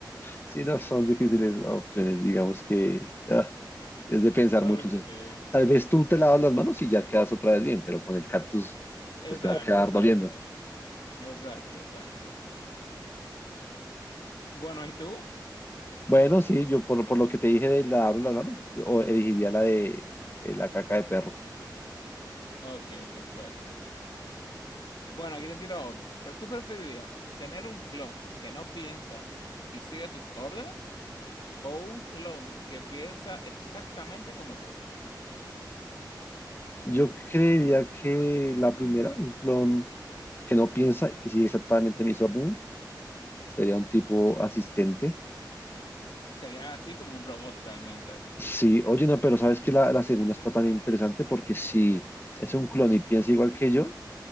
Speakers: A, on the left; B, on the left.
A: sí, no son difíciles opciones, digamos que ah, es de pensar
B: Okay,
A: mucho, sí.
B: ok.
A: Tal vez tú te lavas las manos y ya quedas otra vez bien, pero con el cactus
B: Exacto,
A: pues te va a quedar
B: exacto.
A: doliendo.
B: Exacto, exacto. Bueno, ¿y tú?
A: Bueno, sí, yo por, por lo que te dije de lavarme las manos, o elegiría la de eh, la caca de perro.
B: Ok, perfecto. Bueno, aquí te tiro otro. ¿Pero tú preferirías tener un clon que no piensa y sigue tus órdenes o un clon que piensa exactamente como tú?
A: Yo creería que la primera, un clon que no piensa y sigue exactamente mis órdenes, sería un tipo asistente.
B: Sería así como un robot realmente.
A: Sí, oye, no, pero sabes que la, la segunda está también interesante porque si es un clon y piensa igual que yo,